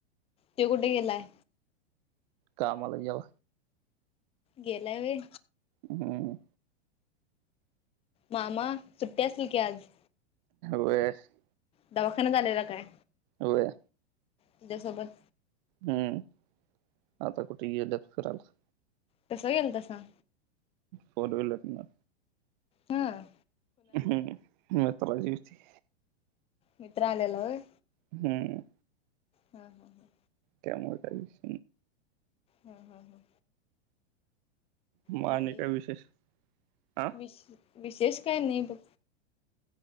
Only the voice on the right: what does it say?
कामला गेला.
हम्म.
वए ना <unintelligible>
अव्या.
हम्म आता कुठे गेल्यात फिराला.
फोर वीलर ना,
हम्म यात्रा येती.
हम्म.
त्यामुळे त्या <unintelligible> ताश
म
आनिकाय विशेष आं?